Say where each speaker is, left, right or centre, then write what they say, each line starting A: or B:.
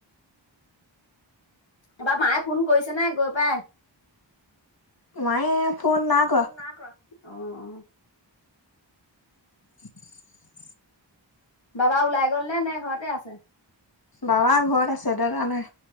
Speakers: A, on the left; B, on the left.
A: এবাৰ মায়ে ফোন কৰিছে নে গৈ পাই।
B: মায়ে ফোন নাই কৰা।
A: নাই কৰা, অ'।
B: <unintelligible>
A: বাবা ওলাই গ'ল নে, নে ঘৰতে আছে?
B: বাবা ঘৰত আছে, দাদা নাই।